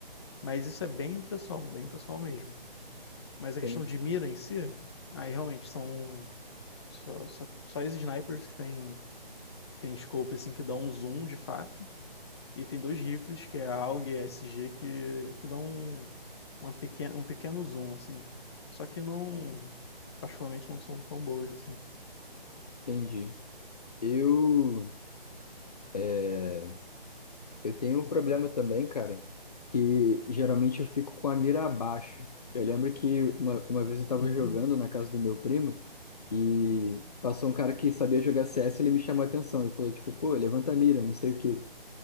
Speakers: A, on the left; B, on the left.
A: Mas isso é bem pessoal, bem pessoal mesmo. Mas a
B: tem,
A: questão de mira em si, aí realmente são só, só, só as snipers que tem, que tem scope assim, que dão um zoom de fato. E tem dois rifles, que é a AUG e a SG, que, que dão um, uma pequena, um pequeno zoom, assim. Só que não, particularmente, não são tão boas, assim.
B: entendi. Eu. eh, Eu tenho um problema também, cara, que geralmente eu fico com a mira abaixo. Eu lembro que uma, uma vez eu tava
A: Uhum.
B: jogando na casa do meu primo e passou um cara que sabia jogar CS e ele me chamou a atenção. Ele falou, tipo, pô, levanta a mira, não sei o quê.